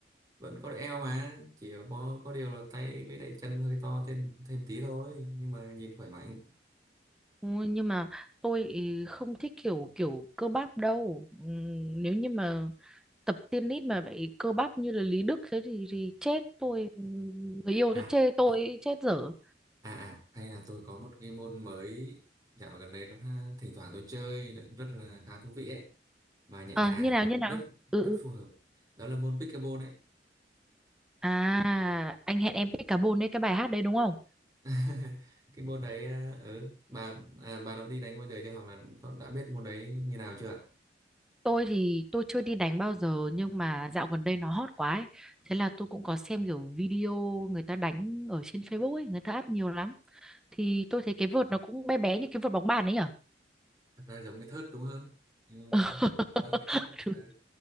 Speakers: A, on the right; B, in the centre.
A: vẫn có eo mà chỉ có có điều là tay với lại chân hơi to thêm thêm tí thôi nhưng mà nhìn khỏe mạnh
B: ôi, nhưng mà tôi ý không thích kiểu kiểu cơ bắp đâu Ừm, nếu như mà tập tennis mà bị cơ bắp như là Lý Đức thế thì thì chết tôi Ừm, người yêu
A: à
B: tôi chê tôi chết dở
A: À, à hay là tôi có một cái môn mới dạo gần đây rất thỉnh thoảng tôi chơi rất là khá thú vị ấy mà nhẹ
B: à,
A: nhàng
B: như nào như nào
A: rất
B: ừ
A: rất
B: ừ.
A: phù hợp đó là môn pickleball đấy
B: à anh hẹn em pick carbon đấy cái bài hát đấy đúng không
A: <laughs> cái môn đấy à, ừ bà à, bà đã đi đánh bao giờ chưa hoặc là con đã biết môn đấy như nào chưa
B: tôi thì tôi chưa đi đánh bao giờ nhưng mà dạo gần đây nó hot quá ấy. thế là tôi cũng có xem kiểu video người ta đánh ở trên Facebook ấy người ta up nhiều lắm thì tôi thấy cái vợt nó cũng bé bé như cái vợt bóng bàn ấy nhở
A: thật ra giống cái thớt đúng hơn ừ,
B: <laughs>
A: tầm cái thớt
B: Đúng,
A: ừ.